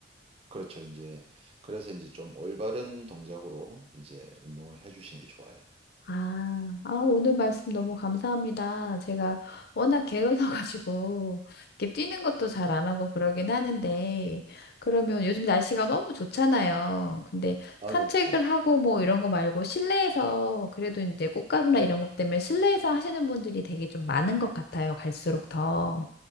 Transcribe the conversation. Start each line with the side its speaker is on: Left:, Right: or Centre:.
Right: 그렇죠. 이제 그래서 이제 좀 올바른 동작으로 이제 운동을 해주시는 게 좋아요.
Left: 아, 아, 오늘 말씀 너무 감사합니다. 제가 워낙 게을러가지고, 이렇게 뛰는 것도 잘 안 하고 그러긴 하는데, 그러면 요즘 날씨가 너무 좋잖아요. 근데
Right: 아,
Left: 산책을
Right: 네, 맞아요.
Left: 하고 뭐 이런 거 말고 실내에서, 그래도 이제 꽃가루나 이런 것 때문에 실내에서 하시는 분들이 되게 좀 많은 것 같아요. 갈수록 더.